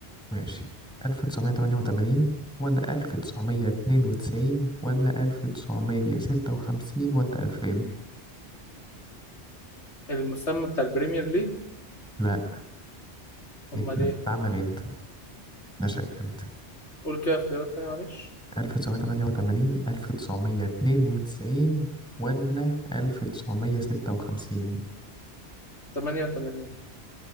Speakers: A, in the centre; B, on the left (about 85°).
A: ماشي 1988 ولا 1992 ولا 1956 ولا 2000
B: المسمى بتاع البريمير ليج
A: لا
B: امال
A: اتن-
B: ايه
A: اتعمل امتى نشأ امتى
B: قول كده اختيارات تانية معلش
A: 1988 1992 ولا 1956
B: 88